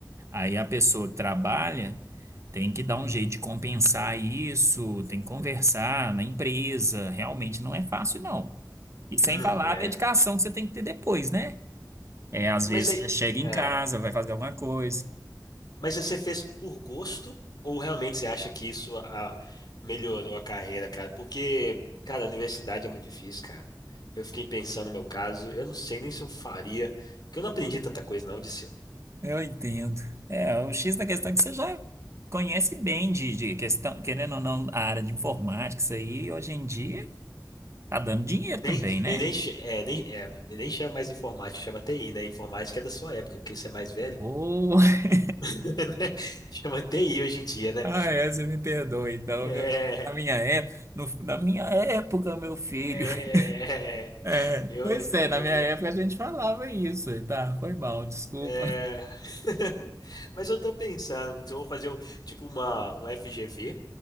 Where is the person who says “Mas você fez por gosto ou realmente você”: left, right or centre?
Left